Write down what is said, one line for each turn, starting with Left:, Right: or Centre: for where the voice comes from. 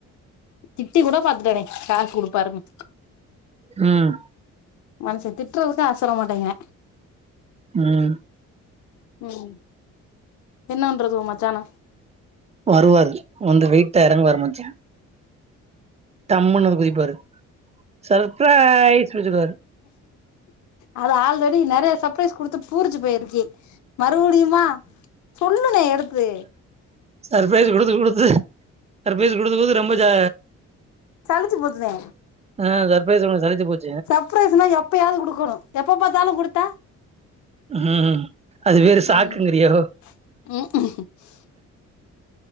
Left: திட்டி கூட பாத்துட்டேணே காஸ் குடுப்பாருன்னு
Right: ம்
Left: மனுஷே திட்றதுக்கு ஆசர மாட்டெங்கிறே
Right: ம்
Left: ம் என்னவண்றது ஒ மச்சான
Right: வருவாரு வந்து வெயிட்டா எறங்குவாரு மச்சா டம்மன்னு வந்து குதிப்பாரு சர்ப்ரைஸ் வச்சக்குவாரு
Left: அது ஆல்ரெடி நெறைய சர்பரைஸ் கொடுத்து பூரிஞ்சு போயிருக்கு மறுபடியுமா சொல்லுங்க எடுத்து
Right: சர்ப்ரைஸ் குடுத்து குடுத்து சர்பைஸ் குடுத்து குடுத்து ரொம்ப ஜா
Left: சல்லுச்சு போச்சுனே
Right: ஆ சர்ப்ஸ் உனக்கு சலிச்சு போச்சு
Left: சர்பரைஸ்னா எப்பயாவது கொடுக்கணு எப்ப பாத்தாலு கொடுத்தா
Right: ம் அது வேரு சாக்குங்கிறியோ
Left: ம் ம்